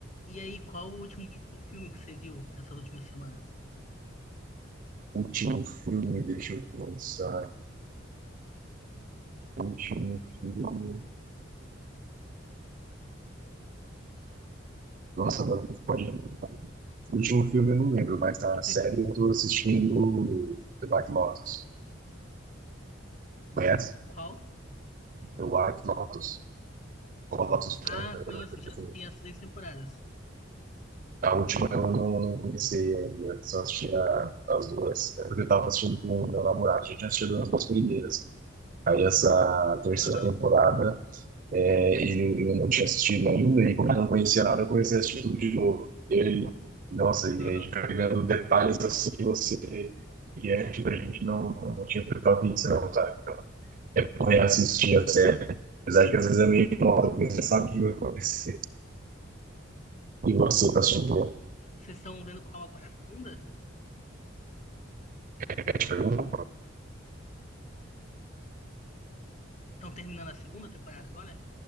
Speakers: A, on the left (about 35°); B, on the right (about 45°).
A: E aí, qual o último filme que você viu nessas últimas semanas?
B: Último filme, deixa eu pensar. Último filme. Nossa, agora não pode. O último filme eu não lembro, mas a
A: <laughs>
B: série eu tô assistindo The White Lotus. Conhece?
A: Qual?
B: The White Lotus. Ou a Lotus Branca.
A: Ah, conheço,
B: alguma coisa
A: já
B: assim.
A: assisti as três temporadas.
B: A última eu não, não comecei ainda, só assisti a- as duas. É porque eu tava assistindo com o meu namorado, já tinha assistido as duas primeiras. Aí essa terceira
A: Aham,
B: temporada É, ele, eu não tinha assistido ainda, e como eu não conhecia nada, eu comecei a assistir tudo de novo. E aí, nossa, e
A: aham.
B: aí a gente vai pegando detalhes assim que você. E antes a gente não, não tinha prestado atenção, sabe? Então, é bom reassistir a série. Apesar de que às vezes é meio moda, porque você sabe o que vai acontecer. E você está assistindo a
A: Vocês estão vendo qual agora? A segunda?
B: gente pergunta,
A: Estão terminando a segunda temporada agora?